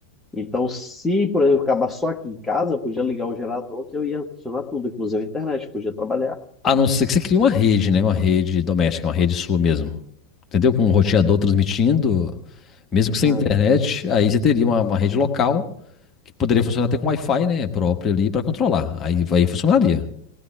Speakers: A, in the centre; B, on the left.
A: Então, se, por exemplo, acabar só aqui em casa, eu podia ligar o gerador que eu ia funcionar tudo, inclusive a internet, podia trabalhar.
B: A não ser que você crie uma rede, né? Uma rede doméstica, uma rede sua mesmo. Entendeu? Com um roteador transmitindo, mesmo que sem
A: Ah,
B: internet, aí você teria uma, uma rede local que poderia funcionar até com Wi-Fi, né? Próprio ali para controlar. Aí, aí funcionaria.